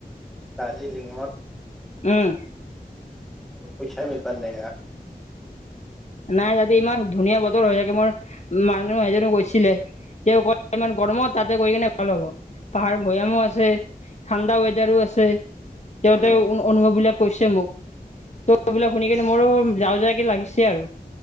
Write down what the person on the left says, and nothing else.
উম।
নাই তাতে ইমান ধুনীয়া বতৰ হৈ থাকে মোৰ মানুহ এইজনে কৈছিলে। তেওঁ ক ইমান গৰমত তাতে গৈ কিনে ভাল হ'ব পাহাৰ ভৈয়ামো আছে। ঠাণ্ডা ৱেডাৰও আছে। তেওঁহতে
অনুভৱ বিলাক কৈছে মোক এইবিলাক শুনি কেনে মোৰো যাওঁ যাওকে লাগিছে আৰু।